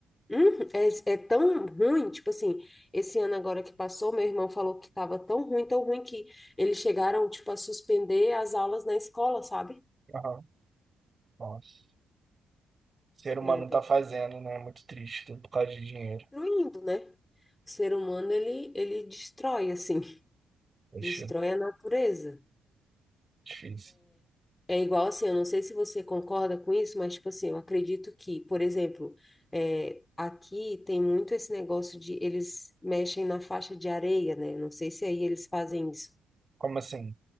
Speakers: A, on the left; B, on the right.
A: Hum, é, é tão ruim, tipo assim, esse ano agora que passou, meu irmão falou que tava tão ruim, tão ruim que eles chegaram, tipo, a suspender as aulas na escola, sabe?
B: Aham. Nossa. O ser humano
A: É bem
B: tá fazendo, né? É Muito triste, tudo por causa de dinheiro.
A: destruindo, né? O ser humano, ele, ele destrói, assim, <laughs>
B: Poxa,
A: destrói a natureza.
B: difícil.
A: É igual assim, eu não sei se você concorda com isso, mas, tipo assim, eu acredito que, por exemplo, é, aqui tem muito esse negócio de eles mexem na faixa de areia, né? Não sei se aí eles fazem isso.
B: Como assim?